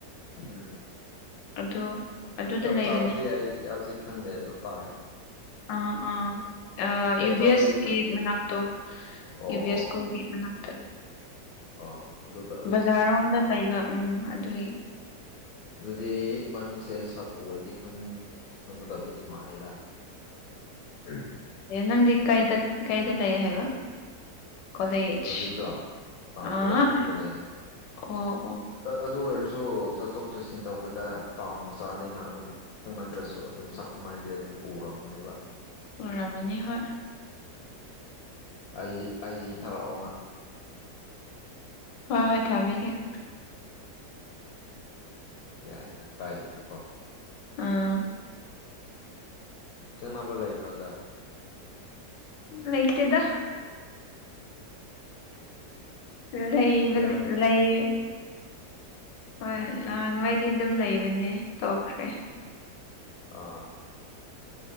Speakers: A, on the left; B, on the left.
A: ꯎꯝ
B: ꯑꯗꯨ ꯑꯗꯨꯗ
A: ꯆꯞ
B: ꯂꯩꯕꯅꯦ
A: ꯆꯥꯕꯗꯤ ꯑꯩ ꯍꯧꯖꯤꯛ ꯈꯪꯗꯦ ꯑꯗꯣ ꯇꯥꯏ
B: ꯑꯥ ꯑꯥ
A: ꯆꯞ
B: ꯌꯨ
A: ꯆꯥꯕꯗꯤ
B: ꯕꯤ ꯑꯦꯁ ꯀꯤ ꯃꯅꯥꯛꯇꯣ
A: ꯑꯣ
B: ꯌꯨ ꯕꯤ ꯑꯦꯁꯀꯨꯒꯤ
A: ꯑꯣ ꯑꯣ ꯑꯣ
B: ꯃꯅꯛꯇ
A: ꯑꯣ ꯑꯗꯨꯗꯨ
B: ꯕꯖꯥꯔꯔꯣꯝꯗ ꯂꯩꯕ ꯎꯝ ꯑꯗꯨꯏ
A: ꯑꯗꯨꯗꯤ ꯕꯥꯅꯤꯁꯦ ꯁꯛ ꯎꯔꯗꯤ ꯈꯪꯗꯤ ꯈꯪꯒꯗꯕꯨꯗꯤ ꯃꯥꯜꯂꯦꯗ ꯎꯝ
B: ꯅꯪꯗꯤ ꯀꯩꯗ ꯀꯩꯗ ꯂꯩꯌꯦ ꯍꯥꯏꯕ ꯀꯂꯦꯖ
A: ꯍꯧꯖꯤꯛꯔꯣ
B: ꯑꯥ
A: ꯀꯣꯂꯦꯖ ꯔꯣꯝꯗ ꯂꯩꯌꯦ
B: ꯑꯣ ꯑꯣ
A: ꯑꯗꯨ ꯑꯣꯏꯔꯁꯨ ꯆꯠꯊꯣꯛ ꯆꯠꯁꯤꯟ ꯇꯧꯕꯗ ꯇꯥꯎ ꯃꯆꯥꯅꯤꯅ ꯑꯗꯨꯝ ꯈꯪꯅꯗ꯭ꯔꯁꯨ ꯑꯗꯨꯝ ꯁꯛ ꯃꯥꯏꯦ ꯑꯗꯨꯝ ꯎꯔꯝꯒꯅꯦꯕ
B: ꯎꯔꯃꯅꯤ ꯍꯣꯏ
A: ꯑꯩ ꯑꯩꯖꯤ ꯊꯥꯔꯛꯑꯣꯅ
B: ꯍꯣꯏ ꯍꯣꯏ ꯊꯥꯕꯤꯒꯦ
A: ꯌꯥꯏꯅ ꯀꯥꯏꯗꯅꯀꯣ
B: ꯑꯥ
A: ꯈꯪꯅꯕ ꯂꯩꯕ꯭ꯔꯗ
B: ꯂꯩꯇꯦꯗ ꯂꯩꯕꯅꯤ
A: ꯌꯥꯝ
B: ꯂꯩ ꯍꯣꯏ
A: ꯎꯝ
B: ꯅꯍꯥꯟ ꯅꯉꯥꯏꯗꯤ ꯑꯗꯨꯝ ꯂꯩꯕꯅꯦ ꯇꯣꯛꯈ꯭ꯔꯦ
A: ꯑꯥ